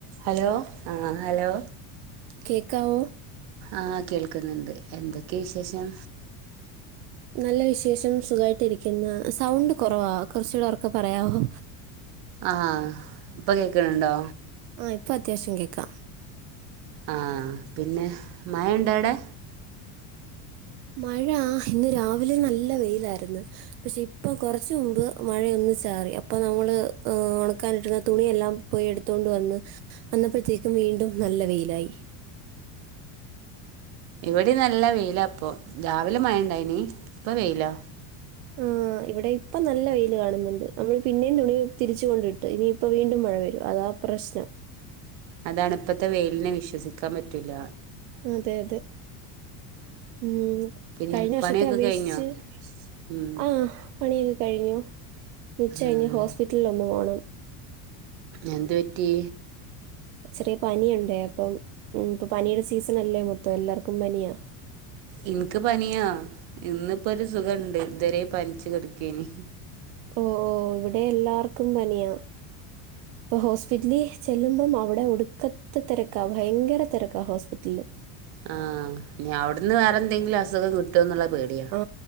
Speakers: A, on the right (about 55°); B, on the right (about 85°).
A: Hello ആഹ് hello
B: കേക്കാവോ
A: ആ കേൾക്കുന്നുണ്ട് എന്തൊക്കെയ വിശേഷം
B: നല്ല വിശേഷം സുഖയിട്ട് ഇരിക്കുന്ന സൗണ്ട് കൊ റവാ കുറച്ചൂടെ ഉർക്കെ പറയാവോ
A: ആഹ് ഇപ്പൊ കേക്കണണ്ടോ
B: ആ ഇപ്പൊ അത്യാവശ്യം കേൾക്കാം
A: ആഹ പിന്നെ മയ ഉണ്ട അവിടെ
B: മഴ ഇന്ന് രാവിലെ നല്ല വെയിലായിരുന്നു പക്ഷെ ഇപ്പ കുറച്ച മുമ്പ് മഴയൊന്ന ചാറി അപ്പൾ നമ്മള് ഉണക്കാനിട്ടുന്ന തുണിയെല്ലാം പോയി എടുത്തൊണ്ട് വന്ന് അന്നപ്പോഴത്തേക്കും വീണ്ടും നല്ല വെയിലായി
A: ഇവിടെ നല്ല വെയില അപ്പൊ രാവിലെ മയണ്ടായിനി ഇപ്പ വെയില
B: ആ ഇവിടെ ഇപ്പ നല്ല വെയില് കാണുന്നുണ്ട് നമ്മള് പിന്നേ തുണി തിരിച്ച കൊണ്ടണ്ട് വിട്ട് ഇനിയിപ്പ വീണ്ടും മഴ വരും അതാ പ്രശ്നം
A: അതാണ് ഇപ്പഴത്തെ വെയിലിനെ വിശ്വസിക്കാൻ പറ്റൂല്ല
B: അതെ അതെ ഉം
A: പിന്നെ
B: കഴിഞ്ഞ വർഷത്തെ
A: പണിയൊക്കെ
B: അപേക്ഷിച്ച്
A: കഴിഞ്ഞോ ഉം
B: ആ പണിയെടുക്ക കഴിഞ്ഞു നിച്ച കഴിഞ്ഞ്
A: ആഹ്
B: ഹോസ്പിറ്റലിൽ ഒന്ന് പോണം
A: എന്തു പറ്റി
B: ചെറിയ പനിയുണ്ടേ അപ്പം ഇപ്പ പനിയുടെ സീസൺ അല്ലേ മൊത്തം എല്ലാർക്കും പനിയാ
A: ഇൻക്ക് പനിയാ ഇന്ന്പ്പൊ ഒരു സുഖണ്ട് ഇതുവരെ പനിച്ചു കിടക്കയ്നിം.
B: ഓ ഓ ഇവിടെ എല്ലാർക്കും പനിയാ ഇപ്പൊ ഹോസ്പിറ്റലി ചെല്ലുമ്പം അവിടെ ഒടു ക്കത്ത തെരക്കാ ഭയങ്കര തിരക്കാ ഹോസ്പിറ്റല്
A: ആ ഇനി അവിടുന്ന് വേറെന്തെങ്കിലും അസുഖം കിട്ടൂന്നുള്ള പേടിയാ
B: ആ